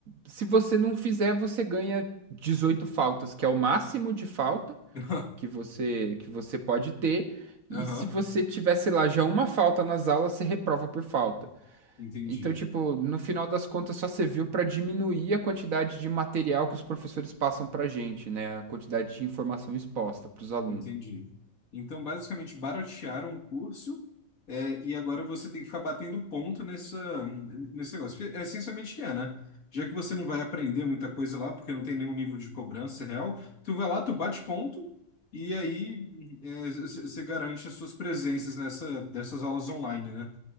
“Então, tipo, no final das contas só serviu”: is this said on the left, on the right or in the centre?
Right